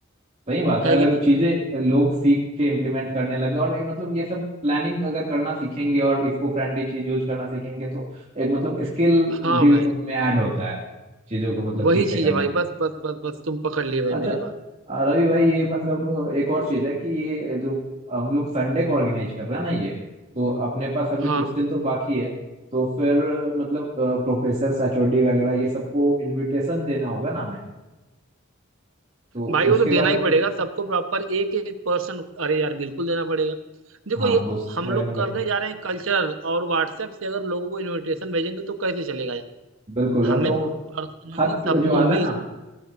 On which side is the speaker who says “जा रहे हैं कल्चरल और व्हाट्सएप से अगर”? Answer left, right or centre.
Right